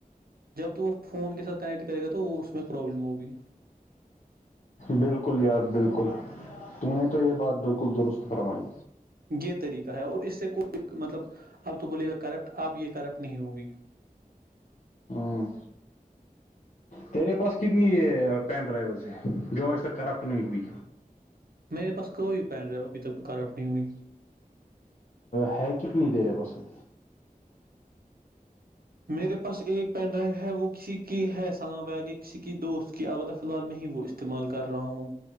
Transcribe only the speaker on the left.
بالکل یار بالکل تو نے تو یہ بات بالکل درست فرمائی
ہوں تیرے پاس کتنی پین ڈرائیز ہے جو آج تک کرپٹ نہیں ہوئی
ہے کتنی دیر ہے بس اب